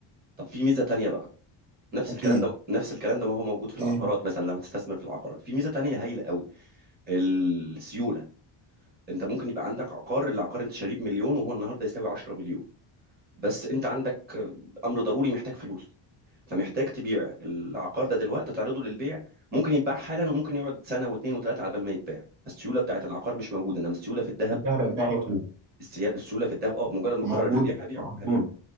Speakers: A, on the right; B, on the right.
A: طب في ميزه تانية بقى نفس
B: اكيد
A: الكلام ده نفس الكلام ده ما هو موجود في العقارات
B: ايه
A: مثلا لو هتستثمر في العقارات في ميزه تانية هايله قوي السيوله انت ممكن يبقى عندك عقار العقار انت شاريه بمليون وهو النهارده يساوي 10 مليون بس انت عندك امر ضروري محتاج فلوس فمحتاج تبيع العقار ده دلوقتي تعرضه للبيع ممكن يتباع حالا وممكن يقعد سنه واثنين وثلاثه على بال ما يتباع السيوله بتاعت العقار مش موجوده انما السيوله في الذهب
B: الذهب هيبقى على طول
A: السيا- السيوله في الذهب اه بمجرد ما
B: موجودة
A: قرر البيع هبيعه
B: على
A: هبيعه
B: طول